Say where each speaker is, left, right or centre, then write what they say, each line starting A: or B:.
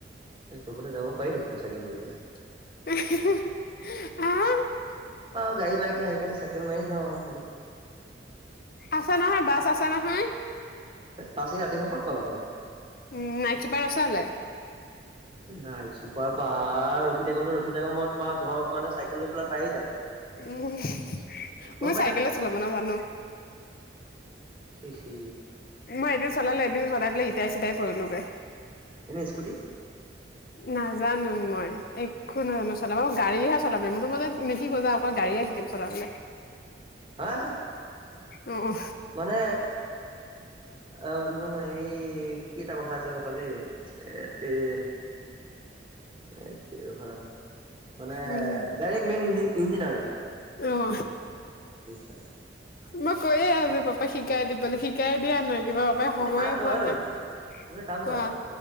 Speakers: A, on the right; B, on the left.
A: তই ফালে যাব পাৰি দেখোন চাইকেল মাৰি পেলাই।
B: <unintelligible>
A: গাৰি, বাইক নাই, সেইকাৰণে চাইকেল মাৰি যাওঁ আৰু বোলো
B: আছে নহয় বাছ আছে নহয়।
A: বাছ এই ৰাতিখন ক'ত পাবা তুমি।
B: উম, নাইট ছুপাৰ ন'ছলে।
A: নাই ছুপাৰ পাৰ ৰখি থাকোঁতে ৰখি থাকোঁতে মই তোমাৰ ঘৰত মানে চাইকেল লৈ পেলাই পায়ে যাম।
B: উম,
A: গম
B: মই চাইকেল চলাব নাজানো।
A: চি, চি।
B: মই এদিন চলালোঁ, এদিন চলাই পেলাই ইটাই চিটাই পৰিলোগে।
A: এনেই স্কুটি?
B: নাজানো মই, একো নাজানো চলাব মই গাড়ীহে চলাব মই যে নিশিকো যা আকৌ গাড়ীয়ে শিকিম চলাবলে।
A: হা?
B: অঁ।
A: মানে, আ নহয় এই কি এটা কথা আছিলে ৰ'বা দেই, এতেৰি এ তেৰি ৰখা-ৰখা। মানে
B: উম
A: ডাইৰেক্ট মেইন ইঞ্জ ইঞ্জিন আৰু।
B: অ।
A: <unintelligible>
B: মই কৈয়ে আছো পাপাক শিকাই দিবলৈ শিকাই দিয়া নাই। কিবা পাপাই সময়ে
A: কাম কৰা
B: পোৱা
A: ঐ
B: নাই
A: তুমি কাম
B: কোৱা
A: কৰা,